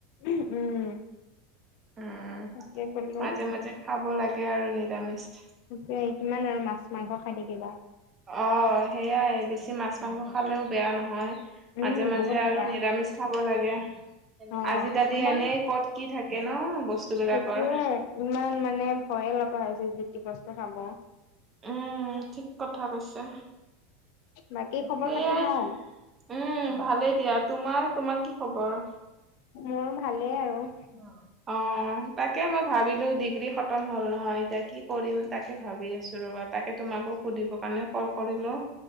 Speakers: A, on the left; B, on the right.
A: উম উম।
B: উম,
A: তাকে বোলো
B: মাজে মাজে খাব লাগে আৰু নিৰামিচ।
A: থিকেই কিমান আৰু মাছ মাংস খাই থাকিবা।
B: অ সেইয়াই বেছি মাছ মাংস খালেও বেয়া নহয়। মাজে
A: উম
B: মাজে
A: বহুত বেয়া
B: আৰু নিৰামিচ খাব লাগে।
A: অ
B: আজিকালি
A: আমাৰ
B: এনেই ক'ত কি থাকে ন বস্তু বিলাকৰ।
A: সেইটোয়ে ইমান মানে ভয়ে লগা হৈছে যি টি বস্তু খাব।
B: উম, ঠিক কথা কৈছা,
A: বাকী খবৰ
B: সেয়াই।
A: খাতি ভাল
B: উম ভালেই দিয়া, তোমাৰ-তোমাৰ কি খবৰ?
A: মোৰো ভালেই আৰু।
B: অ। অ তাকে মই ভাবিলোঁ ডিগ্ৰী খতম হ'ল নহয় এতিয়া কি কৰিম তাকে ভাবি আছোঁ ৰ'বা তাকে তোমাকো সুধিব কাৰণে কল কৰিলোঁ।